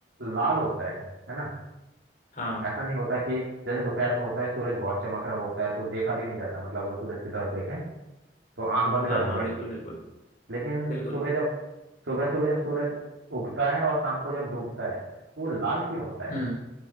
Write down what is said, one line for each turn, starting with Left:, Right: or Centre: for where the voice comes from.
Right: लाल होता है है ना
Left: हाँ
Right: ऐसा नहीं होता कि जैसे दोपहर में होता है सूरज बहुत चमक रहा होता है तो देखा भी नहीं जाता मतलब अगर सूरज की तरफ देखें तो आंख बंद
Left: हाँ
Right: करनी
Left: हाँ
Right: पड़ती
Left: बिल्कुल बिल्कुल
Right: है लेकिन
Left: बिल्कुल
Right: सुबह जब सुबह सुबह जब सूरज उगता है और शाम को जब डूबता है तो वो लाल क्यों होता है
Left: हम्म